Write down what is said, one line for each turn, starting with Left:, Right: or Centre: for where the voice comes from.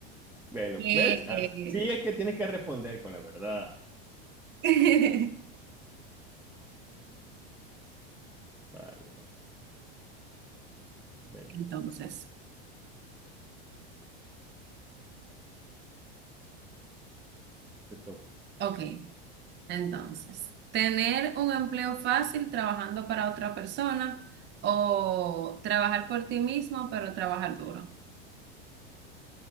Centre: Bueno,
Right: Eh,
Centre: ¿ves? Así es que tienes que responder con la verdad.
Right: <laughs>
Centre: Vale, vale. Venga,
Right: Entonces,
Centre: te toca.
Right: ok, entonces, tener un empleo fácil trabajando para otra persona o trabajar por ti mismo, pero trabajar duro.